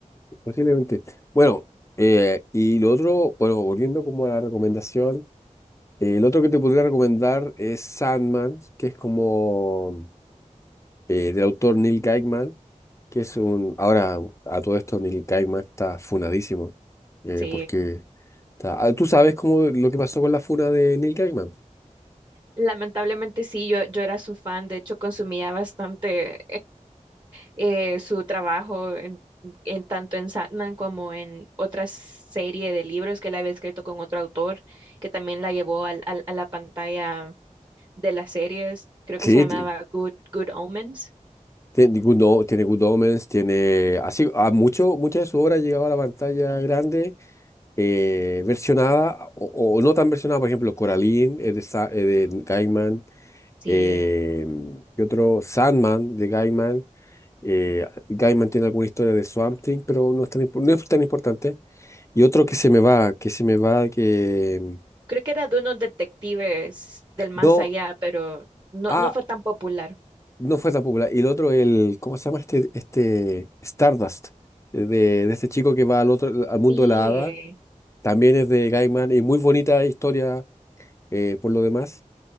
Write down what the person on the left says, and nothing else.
Posiblemente. Bueno, eh, y lo otro, bueno, volviendo como a la recomendación, eh, el otro que te podría recomendar es Sandman, que es como eh, del autor Neil Gaiman, que es un, ahora a todo esto Neil Gaiman está funadísimo, eh,
porque está, ah, tú sabes cómo lo que pasó con la funa de Neil Gaiman.
Sí,
te,
Tiene Good, O- tiene Good Omens, tiene así, a mucho, muchas de su obra ha llegado a la pantalla grande, eh, versionada o, o no tan versionada, por ejemplo, Coraline es de, Sa- eh, de Gaiman,
eh, y otro Sandman de Gaiman. eh, Gaiman tiene alguna historia de Swamp Thing, pero no es tan, impo- no es tan importante. Y otro que se me va, que se me va, que...
No,
ah,
No fue tan popular. Y el otro, el, ¿cómo se llama este, este Stardust? eh, De, de este chico que va al otro, al mundo
de la hada. También es de Gaiman y muy bonita historia eh, por lo demás.